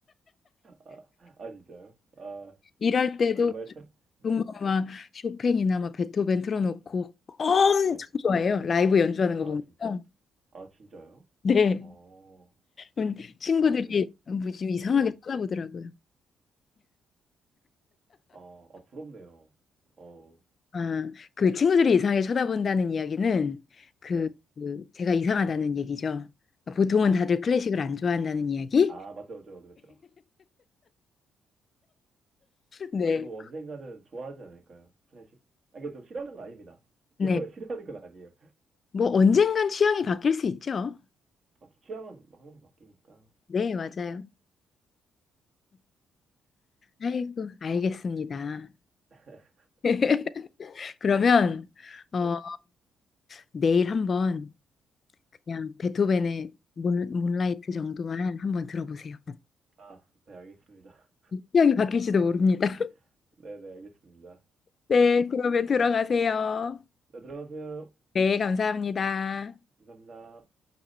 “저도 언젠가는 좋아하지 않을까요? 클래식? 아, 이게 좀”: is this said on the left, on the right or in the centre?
Right